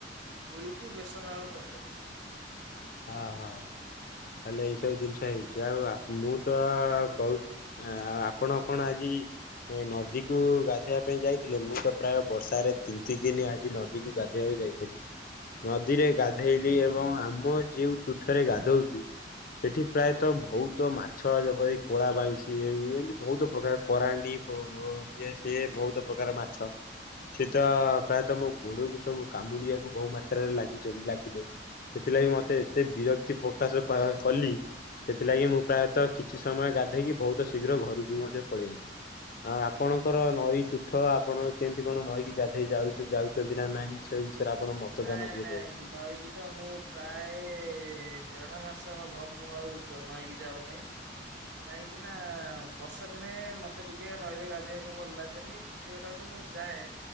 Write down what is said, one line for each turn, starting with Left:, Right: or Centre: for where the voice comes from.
Right: ପୁରୀକୁ ବେସନ ଆଳୁ ତରକାରୀ।
Left: ଅହୋ, ତାହଲେ ଏଇସବୁ
Right: ହୁଁ
Left: ଜିନିଷ ହେଇଉଛି ଆଉ ମୁଁ ତ
Right: ଆଜ୍ଞା
Left: କହୁ ଆ ଆଉ ଆପଣ କଣ ଆଜି? ନଦୀକୁ ଗାଧୋଇବା ପାଇଁ ଯାଇଥିଲେ, ମୁଁ ତ ପ୍ରାୟ ବର୍ଷାରେ ତିନିତି ଦିନ ଆଜି ନଦୀକୁ ଗାଧି କୁ ଯାଇଥିଲି ନଦୀରେ ଗାଧେଇଲି ଏବଂ ଆମ ଯୋଉ ତୁଠରେ ଗାଧଉଛୁ ସେଠି ପ୍ରାୟତଃ ବହୁତ ମାଛ ଯେପରିି- କଳା ବାଇଁଛିି, ହେଉ ଏମିତି ବହୁତ ପ୍ରକାର କରାଣ୍ଡି, ଇଏ ସିଏ ବହୁତ ପ୍ରକାର ମାଛ। ସେ ତ
Right: ହୁଁ
Left: ପ୍ରାୟତଃ ମୋ ଗୋଡକୁ ସବୁ କାମୁଡିିବାକୁ ବହୁ ମାତ୍ରାରେ ଲାଗି ଲାଗିଲେ। ସେଥିଲାଗି ମତେ ଏତେ ବିରକ୍ତି ପ୍ରକାଶ କଲି, ସେଥିଲାଗି
Right: ହୁଁ।
Left: ମୁଁ ପ୍ରାୟତଃ କିଛି ସମୟ ଗାଧେଇକି, ବହୁତ ଶୀଘ୍ର ଘରକୁ ବି ମଧ୍ୟ ପଳେଇଆଇଲି। ଆ ଆପଣଙ୍କର ନଈ ତୁଠ ଆପଣ? କେମିତି କଣ ନଈକି ଗାଧେଇ ଯାଉ ଯାଉଛନ୍ତି ନା ନାଇଁ ସେ ବିଷୟରେ ଆପଣ ମତଦାନ
Right: ନାଇଁ
Left: ଟିକେ
Right: ନାଇଁ
Left: ଦେବେ।
Right: ନଈକି ଛ ମୁଁ ପ୍ରାୟ ଦେଢ ମାସ ହବ, ମୁଁ ଆଉ ନଈକି ଯାଉନାହିଁ। କାହିଁକି ନା ବର୍ଷା ଦିନେ ମତେ ଟିକେ ନଈରେ ଗାଧୋଇବାକୁ ଭଲ ଲାଗେନି। <unintelligible> ମୁଁ ଯାଏ,